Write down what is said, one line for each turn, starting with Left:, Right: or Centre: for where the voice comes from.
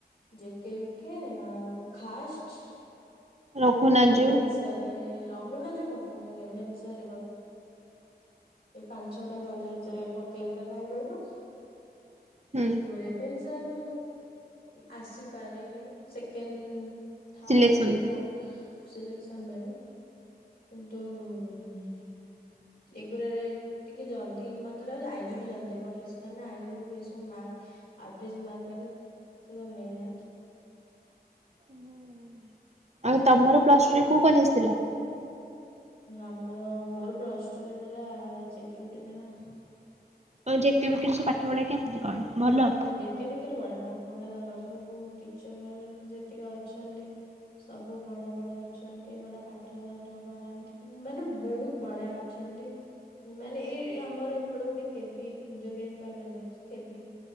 Left: J K B K ଆଉ ଖାଷ୍ଟ
Right: ରଘୁନାଥ
Left: ରେଭେନ୍ସାରେ,
Right: ଜୀଉ
Left: ରଘୁନାଥ ଜିଉ ପକାନା ରେଭେନ୍ସା ଏଇ ପାଞ୍ଚ ଛ ଟା କଲେଜରେ ପକେଇ ଦେଇଥା କାଇଁ କହିଲୁ?
Right: ହୁଁ
Left: ରେଭେନ୍ ସାରୁ ଆସିପାରେ ସେକେଣ୍ଡ ଥାର୍ଡ
Right: ସିଲେକ୍ସନକୁ।
Left: ନହଲେ ଫୋର୍ଥ ସିଲେକ୍ସନ ବେଳେ କିନ୍ତୁ ଉଁ ଏଗୁଡ଼ାରେ କିନ୍ତୁ ଜଲଦି ମତେ ଲାଗୁଚି ଆ ଇ ଜି ରୁ ଜଲଦି ପଳେଇଆସେ, କାଇଁ ନା ଆ ଇ ଜି ରୁ ଏ ସବୁ ମାର୍କ ଆବ୍ରିଜ ମାର୍କରେ ସବୁ ନେଇଯାଆନ୍ତି।
Right: ହୁଁ, ଆ ତମର ପ୍ଲସ ଟୁରେ କୋଉ କଲେଜ ଥିଲା?
Left: ଆମର ମୋର ପ୍ଲସ ଟୁ କେ ଥିଲା ଜେ କେ ବିକେ ଥିଲା।
Right: ଆଉ ଜେ କେ ବି କେ ସବୁ ପାଠ ପଢାକ ଏମିତି କଣ? ଭଲ।
Left: ଯେକେ ବିକେ ରେ ବଢିଆ ପାଠ ପଢା, ତାଙ୍କର ସବୁ ଟିଚର ଯେତିକି ଅଛନ୍ତି ସବୁ ବଢା ବଢା ଅଛନ୍ତି, ବଢିଆ ପାଠ ସାଠ ବଢାନ୍ତି ମାନେ ବହୁତ ବଢିଆ ଅ ଅଛନ୍ତି, ମାନେ, ଏଇ ଆମର ଏପଟ ଗୋଟେ କେବି କୁଞ୍ଜ ବିହାରୀ କଲେଜ ଅଛି କେବି।